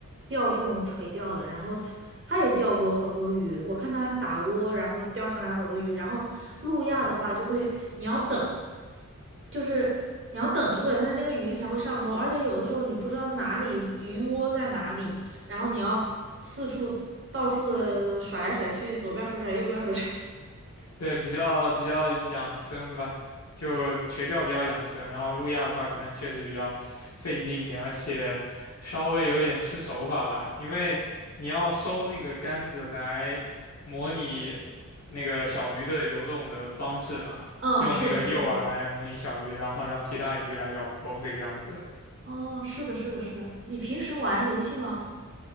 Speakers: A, on the right; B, on the left.
A: 钓这种垂钓的，然后他他也钓过好多鱼，我看他打窝，然后钓上来好多鱼，然后路亚的话就会你要等。就是你要等一会儿，它那个鱼才会上钩，而且有的时候你不知道哪里鱼窝在哪里，然后你要四处到处的甩来甩去，左边甩甩，右边甩甩。<laughs>
B: 对，比较比较养生吧，就垂钓比较养生，然后路亚的话可能确实比较费劲一点，而且稍微有点吃手法吧，因为你要收那个杆子来模拟那个小鱼的游动的方式嘛，
A: 嗯，
B: 用那个诱饵来模拟小鱼，
A: 是的，是的，
B: 然后让其他鱼来咬钩这个样子。
A: 哦，是的，是的，是的。你平时玩游戏吗？